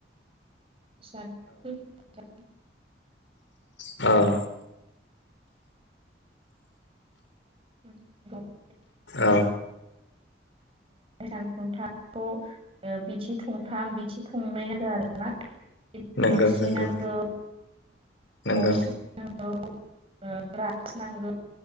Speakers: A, on the right; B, on the left.
A: <unintelligible>
B: औ
A: <unintelligible>
B: औ
A: सान खुन्थाखौ बिथि थंथाम बिथि थंनै हो आरोना। खनस्रि
B: नंगौ नंगौ
A: नांगौ
B: नंगौ
A: खनस्रि नांगौ <unintelligible> नांगौ